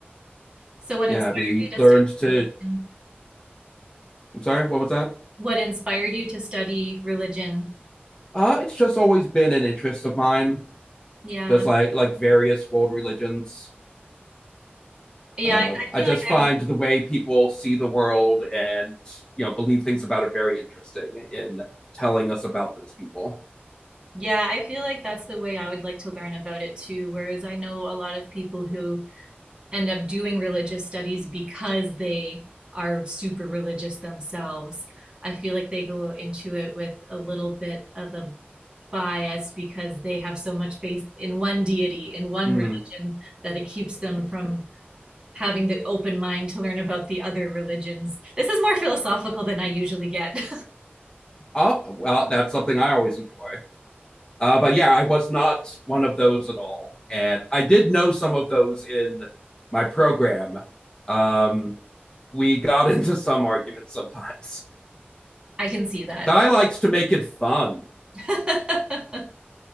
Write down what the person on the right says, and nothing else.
So what
inspired
you
to study
religion?
What inspired you to study religion?
Yeah.
Yeah,
I, I
feel
like
I would
yeah, I feel like that's the way I would like to learn about it too. Whereas I know a lot of people who end up doing religious studies because they are super religious themselves. I feel like they go into it with a little bit of a bias because they have so much faith in one deity, in one
religion, that it keeps them from having the open mind to learn about the other religions. This is more philosophical than I usually get.
<laughs> I can see that.
<laughs>